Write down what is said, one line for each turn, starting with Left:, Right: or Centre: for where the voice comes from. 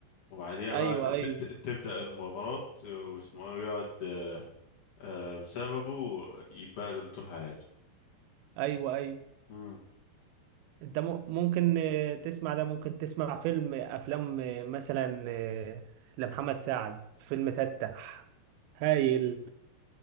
Left: وبعديها
Right: ايوه
Left: بقى ت- ت-
Right: ايوه
Left: ت- تبدأ المغامرات واسمه ايه ويقعد آه، بسببه يتبهدل طول حياته
Right: ايوه ايوه
Left: مم.
Right: انت م- ممكن آه، تسمع ده ممكن تسمع فيلم افلام آه، مثلا آه، لمحمد سعد فيلم تتح هايل